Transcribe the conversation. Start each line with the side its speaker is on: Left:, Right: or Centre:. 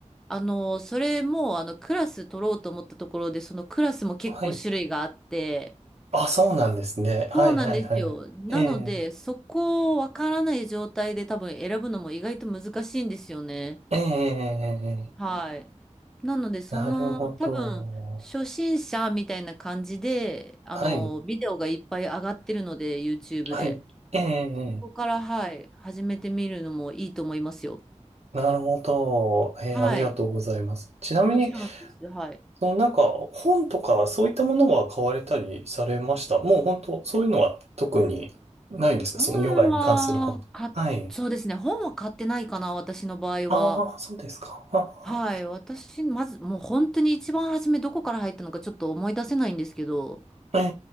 Centre: あの、それもあのクラス取ろうと思ったところで、そのクラスも結構種類があって、
Right: はい。あ、そうなんですね。はい、
Centre: そうなんですよ。
Right: はい、はい。
Centre: なので、
Right: ええ、
Centre: そこをわからない状態で多分選ぶのも意外と難しいんですよね。
Right: ええ、ええ
Centre: はい。なので、その、
Right: なるほど。
Centre: 多分、初心者みたいな感じで、あの、
Right: はい、
Centre: ビデオがいっぱい上がってるので、YouTube
Right: はい。
Centre: で。
Right: ええ、
Centre: そこから、はい、始めてみるのもいいと思いますよ。
Right: なるほど。ええ、
Centre: はい。
Right: ありがとうございます。ちなみに、
Centre: もちろんです。はい。
Right: そのなんか、本とか、そういったものは買われたりされましたもう本当、そういうのは特にないんですかそのヨガに関する本。
Centre: 本は、か、
Right: はい。
Centre: そうですね。本は買ってないかな、私の場合は。
Right: ああ、そうですか。
Centre: はい。私、まず、もう本当に一番初めどこから入ったのかちょっと思い出せないんですけど、
Right: ええ、え